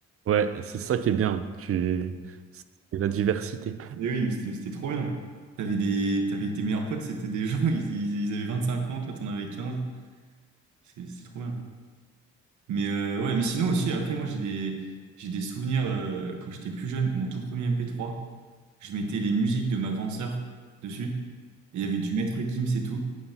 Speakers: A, on the right (about 50°); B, on the right (about 75°).
A: ouais, c'est ça qui est bien. Tu, c'est la diversité.
B: Mais oui, mais c'était mais c'était trop bien. T'avais des... T'avais tes meilleurs potes, c'était des gens, <laughs> ils, ils, ils avaient cinq ans, toi t'en avais quinze C'est c'est trop bien. Mais euh, ouais, mais sinon aussi, après, moi j'ai des, j'ai des souvenirs euh, quand j'étais plus jeune, mon tout premier mp trois je mettais les musiques de ma grande sœur dessus. Et il y avait du Maître Gims et tout.